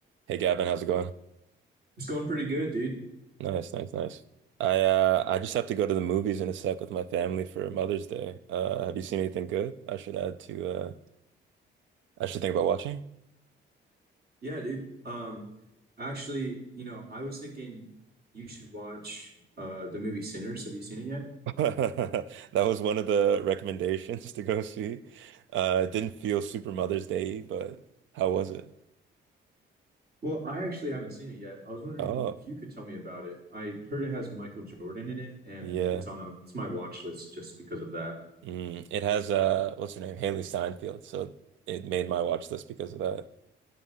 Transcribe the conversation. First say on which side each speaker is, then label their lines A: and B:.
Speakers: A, on the right; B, on the right.
A: Hey Gavin, how's it going?
B: It's going pretty good, dude.
A: Nice, nice, nice. I uh I just have to go to the movies in a sec with my family for Mother's Day. Uh have you seen anything good I should add to uh I should think about watching?
B: Yeah, dude. Um, actually, you know, I was thinking you should watch uh the movie Sinners. Have you seen it yet?
A: <laughs> That was one of the recommendations to go see. Uh it didn't feel super Mother's Day, but how was it?
B: Well, I actually haven't seen it yet. I was wondering
A: Oh,
B: if you could tell me about it. I heard it has Michael Jordan in it, and
A: yeah.
B: it's on a it's my watch list just because of that.
A: Mm, it has uh what's her name? Haley Steinfeld. So it made my watch list because of that.